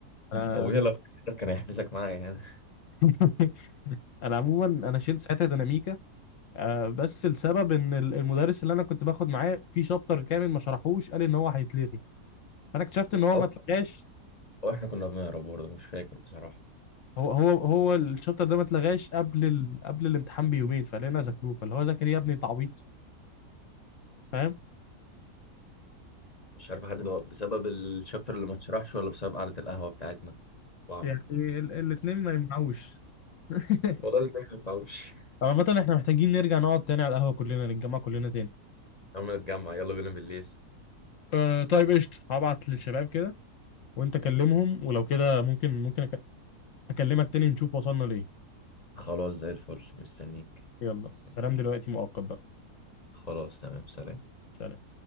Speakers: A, on the left; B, on the left.
A: انا
B: أبويا لو كان كان هيحبسك معايا هنا
A: <laughs> انا عموما انا شلت ساعتها ديناميكا آه بس السبب ان ال- المدرس اللي انا كنت باخد معاه في شابتر كامل ما شرحوش قال ان هو هيتلغي فانا اكتشفت ان هو
B: أو
A: ما اتلغاش
B: أو إحنا كنا بنهرب برضه مش فاكر بصراحة
A: هو هو هو الشابتر ده ما اتلغاش قبل ال... قبل الامتحان بيومين فلقينا ذاكروه فاللي هو ذاكر يا ابني انت عبيط فاهم
B: مش عارف حد ده بسبب الشابتر اللي ما اتشرحش ولا بسبب قعدة القهوة بتاعتنا وعم
A: يعني ال... الاثنين ما يمنعوش <laughs>
B: والله اللي ما ينفعوش
A: طب عامة احنا محتاجين نرجع نقعد تاني على القهوة كلنا نتجمع كلنا تاني
B: عم نتجمع يلا بينا بالليل
A: أه طيب قشطة هبعت للشباب كده وانت كلمهم ولو كده ممكن ممكن أك- اكلمك تاني نشوف وصلنا لإيه
B: خلاص زي الفل مستنيك
A: يلا
B: سلام.
A: سلام دلوقتي مؤقت بقى
B: خلاص تمام سلام
A: سلام